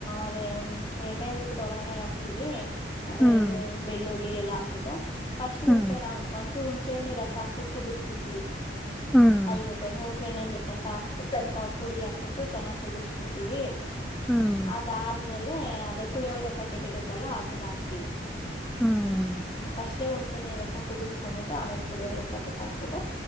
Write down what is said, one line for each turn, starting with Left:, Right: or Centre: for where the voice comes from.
Left: ಅದೇ ಎಣ್ಣೆಟ್ಟ ಬಿಟ್ಟು ಒಗ್ಗರಣೆಗೆ ಹಾಕ್ತಿವಿ ಅದೇ
Centre: ಹ್ಮ್
Left: ಬೆಳ್ಳುಳ್ಳಿ ಎಲ್ಲಾ ಹಾಕ್ಬಿಟ್ಟು ಫಸ್ಟ್ ಹುಣ್ಸೆಣ್ಣ
Centre: ಹ್ಮ್
Left: ಹಾ ಒಂಚೂರು ಹುಣಚೆ ಹಣ್ಣಿನ ರಸ ಹಾಕ್ಬಿಟ್ಟು ಕುದಿಸ್ಬಿಡ್ತೀವಿ
Centre: ಹ್ಮ್
Left: ಅದ ಜೊತೆ ಹುಣ್ ಚೆಣ್ಣಿಂದ ರಸ ಹಾಕ್ಬಿಟ್ಟು ಸ್ವಲ್ಪ ಪುಡಿ ಹಾಕ್ಬಿಟ್ಟು ಚೆನ್ನಾಗ್ ಕುದಿಸಬಿಡ್ತೀವಿ
Centre: ಹ್ಮ್
Left: ಅದಾದ್ಮೇಲೆ ಅದೆೇ ಪುಳಿಯೋಗ್ರೆ ಪ್ಯಾಕೆಟ್ ಇರುತ್ತಲ್ಲ ಅದನ್ನ ಹಾಕ್ತಿವಿ.
Centre: ಹ್ಮ್
Left: ಹ ಫಸ್ಟ್ಯೇ ಉಂಟ ಸಣ್ಣೆ ರಸ ಕುದಿಸ್ಕೊಬಟ್ಟು ಆಮೇಲೆ ಪುಳಿಯೋಗ್ರ ಪ್ಯಾಕೆಟ್ ಹಾಕ್ಬಿಟ್ಟು